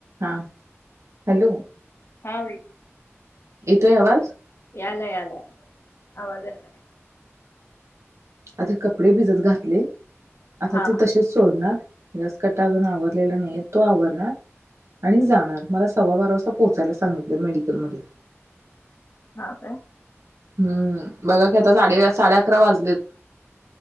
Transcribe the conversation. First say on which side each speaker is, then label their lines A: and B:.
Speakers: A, on the right; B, on the left.
A: हा हॅलो
B: हा बाई
A: येतोय आवाज
B: यालाय यालाय. आवाज यायलाय.
A: आधी कपडे भिजत घातले. आता
B: हा
A: ते तसेच सोडणार. गॅस कट्टा अजून आवरलेला नाही तो आवरणार. आणी जाणार मला सव्वा बारा वाजता पोचायला सांगीतल. त्या मेडिकलमध्ये
B: हा काय?
A: हम्म बघा कि आता साडे अ साडे अकरा वाजलेत.